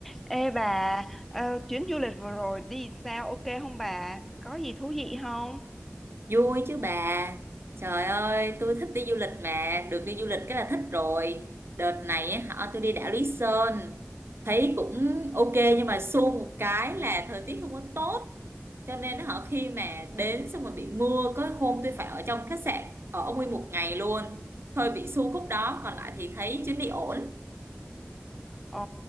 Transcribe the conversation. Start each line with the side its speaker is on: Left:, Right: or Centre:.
Centre: Ê bà, ờ, chuyến du lịch vừa rồi đi sao ok không bà? Có gì thú vị không?
Right: Vui chứ bà. Trời ơi, tôi thích đi du lịch mà, được đi du lịch cái là thích rồi. Đợt này á, họ tôi đi đảo Lý Sơn, thấy cũng ok nhưng mà xui một cái là thời tiết không có tốt, cho nên họ khi mà đến xong rồi bị mưa, có hôm tôi phải ở trong khách sạn ở nguyên một ngày luôn. Hơi bị xui khúc đó, còn lại thì thấy chuyến đi ổn.
Centre: Ồ,